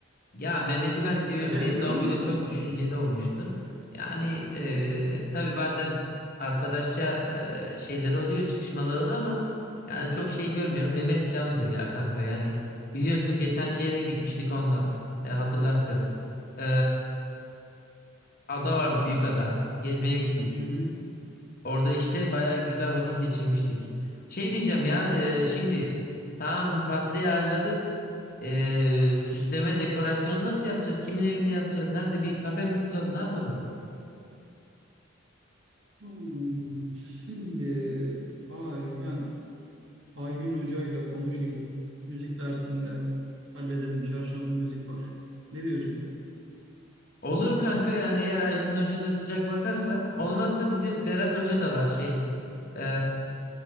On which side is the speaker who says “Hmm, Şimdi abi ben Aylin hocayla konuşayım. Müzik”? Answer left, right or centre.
Right